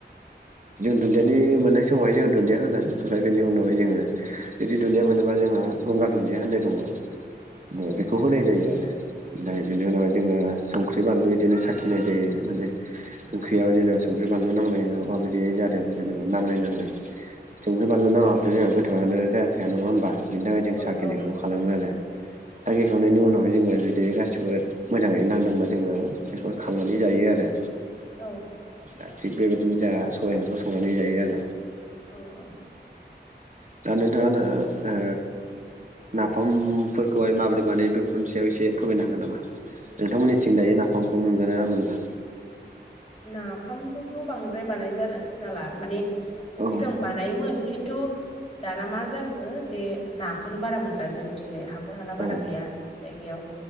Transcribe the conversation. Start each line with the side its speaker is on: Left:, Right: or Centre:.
Right: जों दुन्दियानि मोननाय समावहाय जो दुन्दिया होगोन ओमफ्राय बेनि उनावहाय जोङो बिुदि दुन्दिया मोनोबा जोंहा गंगार दुन्दिया होननाय दङ दं बेखौ होनाय जायो आरो दा बेनि उनावहाय जोङो संख्रि बानलु बिदिनो साखिनाय जायो माने ओंख्रियाव जेनेबा संख्रि बानलु नांनायाव माबायदियाय जा जादों जेनेबा नाङलै नाङै संख्रि बानलु नाङाबथ' जोंहा गोथाङानो जाखाया नङा होमबा बिनि थाखाय जों साखिनायखौ
Left: औ
Right: खालामो आरो साखिखांनायनि उनाव बेफ्राय जोङो जुदि गासिबो मोजाङै नांदोंबा जोङो बेखौ खांनानै जायो आरो
Left: औ
Right: दा थिग बेबायदिनो जोंहा सबाइ ओंख्रिखौ संनानै जायो आरो
Left: औ औ
Right: दा नोंथाङानो‌ ओ नाफामफोरखौहाय माबोरै बानायो बेफोरनि सायाव एसे फोरमायनो हागोन नामा? नोंथांमोननिथिं दायो नाफामखौ मोनगोना मोनला?
Left: नाफामखौथ' बांद्राय बानाय जाला जाला माने
Right: औ
Left: सिगां बानायोमोन खिन्थु दाना मा जाखो जे नाखौनो बारा मोनला जोंथिंजाय हा हाखर हाला
Right: औ
Left: बारा गैया जायगायाव